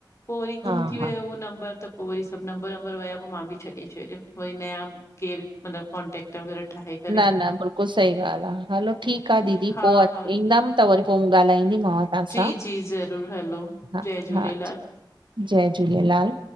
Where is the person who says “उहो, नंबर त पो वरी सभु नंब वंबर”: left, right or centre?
Left